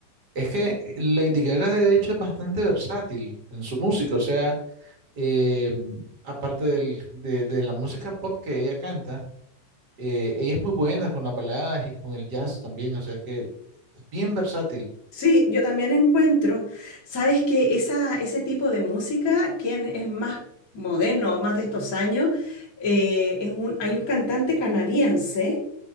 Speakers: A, on the right (about 40°); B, on the left (about 30°).
A: Es que Lady Gaga, de hecho, es bastante versátil en su música. O sea. eh, aparte del- de, de la música pop que ella canta, eh, ella es muy buena con las baladas y con el jazz también, o sea que bien versátil.
B: Sí, yo también encuentro, sabes que esa, ese tipo de música, quien es más moderno, más de estos años, eh, es un, hay un cantante canadiense